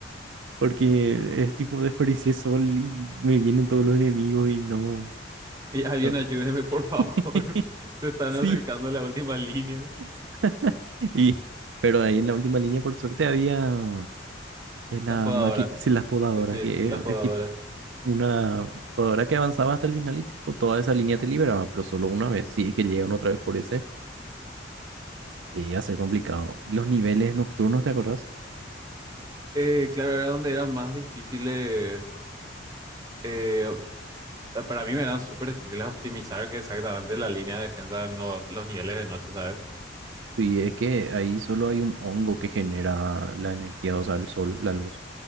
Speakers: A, on the right; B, on the right.
A: Porque es tipo desperdicié sol y me vienen todos los enemigos y no,
B: Y alguien
A: no.
B: ayúdeme, por favor.
A: <laughs>
B: <laughs> Se están
A: Sí.
B: acercando a la última línea.
A: <laughs> Y, pero ahí en la última línea, por suerte, había eh, la
B: Las podadoras.
A: máquina, sí, las podadoras,
B: Eh, sí,
A: que
B: las
A: es,
B: podadoras.
A: es tipo una podadora que avanzaba hasta el final y tipo toda esa línea te liberaba, pero solo una vez. Si es que llegan otra vez por ese, que iba a ser complicado. Y los niveles nocturnos, ¿te acordás?
B: Eh, claro, era donde eran más difíciles. eh, para mí me eran súper difíciles optimizar exactamente la línea de defensa en los, los niveles de noche, ¿sabes?
A: Y es que ahí solo hay un hongo que genera la energía, o sea, el sol, la luz,